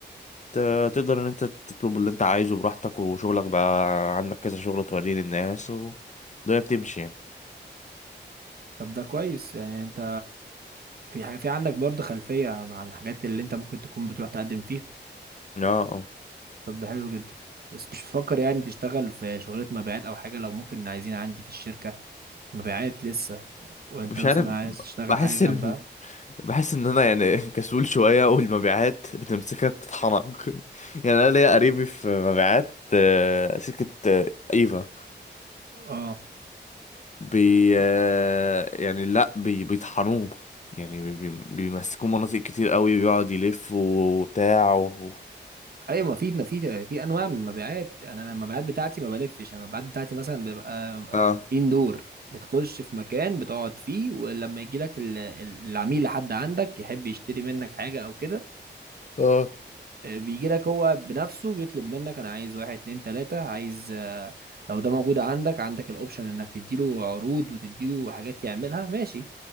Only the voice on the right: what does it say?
طب ده كويس يعني انت في ح- في عندك برضه خلفية عن الحاجات اللي انت ممكن تكون بتروح تقدم فيها
طب ده حلو جدا بس مش بتفكر يعني تشتغل في شغلة مبيعات او حاجة لو ممكن عايزين عندي في الشركة مبيعات لسه وانت
مثلا
عايز تشتغل
حاجة جنبها
اه
ايوه ما في في في انواع من المبيعات انا أنا المبيعات بتاعتي ما بلفش انا المبيعات بتاعتي مثلا بيبقى
اندور بتخش في مكان بتقعد فيه ولما يجي لك العميل لحد عندك يحب يشتري منك حاجة او كده
آه، بيجي لك هو بنفسه بيطلب منك انا عايز واحد اتنين تلاتة عايز آه، لو ده موجود عندك عندك الاوبشن انك تديله عروض وتديله حاجات يعملها ماشي